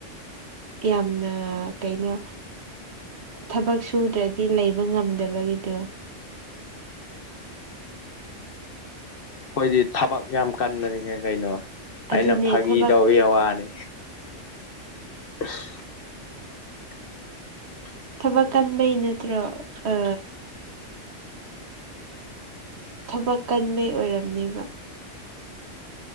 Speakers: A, on the right (about 60°); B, on the left (about 55°).
A: ꯌꯥꯝꯅ ꯀꯩꯅꯣ ꯊꯕꯛ ꯁꯨꯗ꯭ꯔꯗꯤ ꯂꯩꯕ ꯉꯝꯗꯕꯒꯤꯗꯣ
B: ꯑꯩꯈꯣꯏꯗꯤ ꯊꯕꯛ ꯌꯥꯝ ꯀꯟꯕꯅꯤꯍꯦ ꯀꯩꯅꯣ ꯑꯩꯅ
A: ꯑꯗꯨꯅꯦ
B: ꯐꯥꯒꯤ
A: ꯊꯕꯛ
B: ꯇꯧꯒꯤ ꯋꯥꯅꯤ <unintelligible> <inaudible>
A: ꯊꯕꯛ ꯀꯟꯕꯩ ꯅꯠꯇ꯭ꯔꯣ ꯑ ꯊꯕꯛ ꯀꯟꯕꯩ ꯑꯣꯏꯔꯝꯅꯤꯕ